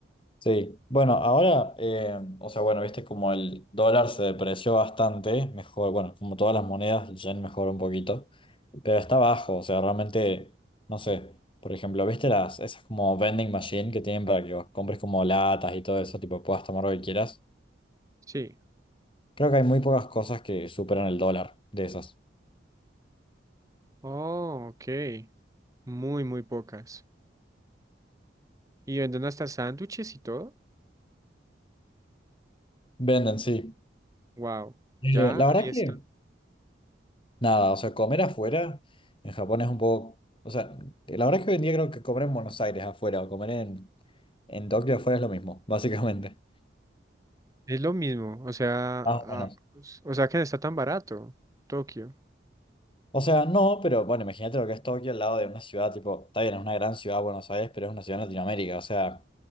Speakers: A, on the left (about 25°); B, on the right (about 20°).
A: Sí, bueno, ahora, eh, o sea, bueno, viste como el dólar se depreció bastante, mejor, bueno, como todas las monedas, el yen mejoró un poquito, pero está bajo, o sea, realmente, no sé, por ejemplo, viste las, esas como vending machine que tienen para que vos compres como latas y todo eso, tipo, puedas tomar lo que quieras,
B: Sí.
A: creo que hay muy pocas cosas que superan el dólar de esas.
B: Oh, ok. Muy, muy pocas. Y venden hasta sándwiches y todo.
A: Venden, sí.
B: Wow.
A: Eh,
B: Ya,
A: la
B: ahí
A: verdad
B: está.
A: que... Nada, o sea, comer afuera en Japón es un poco, o sea, la verdad es que hoy en día creo que comer en Buenos Aires afuera o comer en, en Tokio afuera es lo mismo, <laughs> básicamente.
B: Es lo mismo, o sea,
A: Más
B: ah,
A: o menos.
B: o sea que no está tan barato, Tokio.
A: O sea, no, pero bueno, imagínate lo que es Tokio al lado de una ciudad, tipo, está bien, es una gran ciudad Buenos Aires, pero es una ciudad en Latinoamérica, o sea,